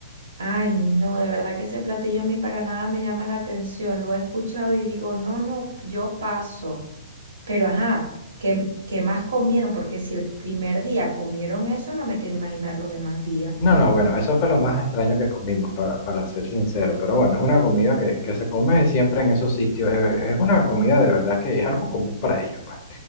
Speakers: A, on the right (about 80°); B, on the left (about 40°).
A: Ay, no, de verdad que ese platillo a mí para nada me llama la atención. Lo he escuchado y digo, no, no, yo paso. Pero ajá, ¿qué, qué más comieron? Porque si el primer día comieron eso, no me quiero imaginar los demás días.
B: No, no, bueno, eso fue lo más extraño que comimos, para, para ser sincero, pero bueno, es una comida que, que se come siempre en esos sitios, es, es una comida de verdad que es algo común para ellos, pues.